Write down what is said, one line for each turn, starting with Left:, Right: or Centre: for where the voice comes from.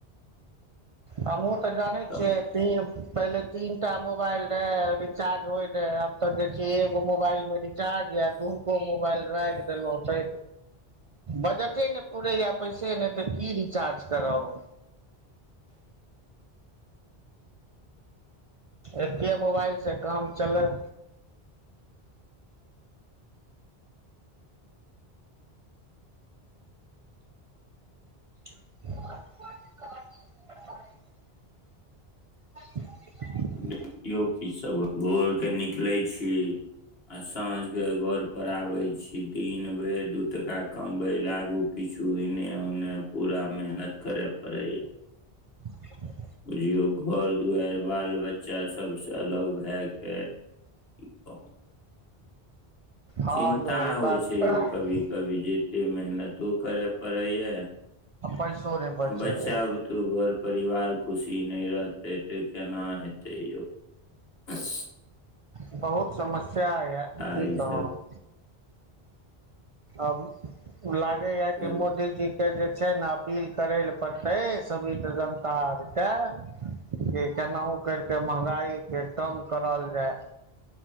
Right: हमहू तऽ जानै
Left: तब
Right: छै ती पहिले तीनटा मोबाइल रहे रिचार्ज होय रहे आब तऽ देखिये एगो मोबाइल में चार्ज य दुूनुको मोबाइल राखि देलों छै बजटे नहि पूुरैए पैसे नहि तऽ की रिचार्ज करब। एक्के मोबाइलसँ काम चलय। <unintelligible> <unintelligible>
Left: कियो की सब भोर के निकले छै। क आ साँझ घर पर आबे छी दिन भेल दू टका कम भेलै आगू किछु ज उने पूरा मेहनत करे पड़ै य
Right: <unintelligible>
Left: बुझियौ घर दुआरि बाल बच्चा सभसँ अलग भए कऽ की कहब।
Right: हँ
Left: चिन्ता
Right: यौ ई
Left: होइ
Right: बात
Left: छै यो
Right: आ
Left: कभी- कभी जेत मेहनतो करै। पढैयै। आ
Right: पैसो नहि बचैया
Left: बच्चा बुतू घर परिवार खुशी नहि रहतै तऽ केना हेतै यौ। अच्छ
Right: बहुत समस साएह या की
Left: ई
Right: कहब
Left: सब
Right: अब। लागे या की
Left: कर
Right: मोदीजी के जे छै ने अपील करैलए पड़तै सभी तऽ जनता आरके कि केनाहु केरके महंगाई के कम करल जाय।